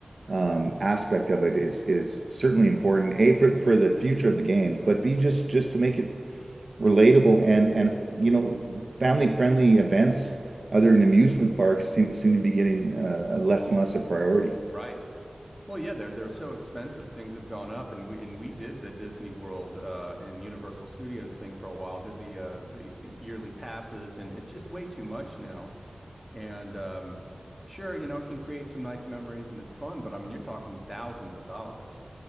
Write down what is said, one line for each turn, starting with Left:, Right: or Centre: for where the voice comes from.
Right: um aspect of it is is certainly important. A for for the future of the game, but B just just to make it relatable and and you know family friendly events other than amusement parks seem seem to be getting uh, less and less a priority.
Centre: Right. Well, yeah, they're they're so expensive. Things have gone up, and we and we did the Disney World uh, and Universal Studios thing for a while. Did the uh, the the yearly passes, and it's just way too much now. And um, sure, you know, it can create some nice memories and it's fun, but I mean, you're talking thousands of dollars.